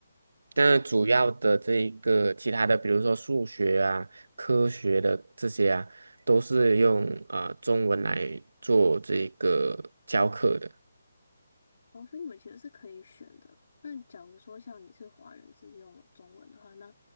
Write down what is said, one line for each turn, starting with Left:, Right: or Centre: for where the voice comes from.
Right: 但主要的这一个其他的，比如说数学啊、科学的这些啊，都是用呃中文来做这个教课的。
Left: 哦，所以你们其实是可以选的。那假如说像你是华人是用中文的话，那